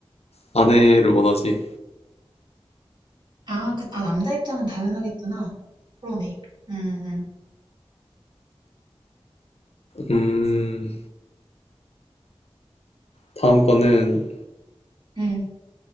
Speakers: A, on the left (about 80°); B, on the right (about 45°).
A: 아내를 원하지.
B: 아, 그, 아 남자 입장은 당연하겠구나. 그러네. 응. 응.
A: 음, 다음 거는
B: 응.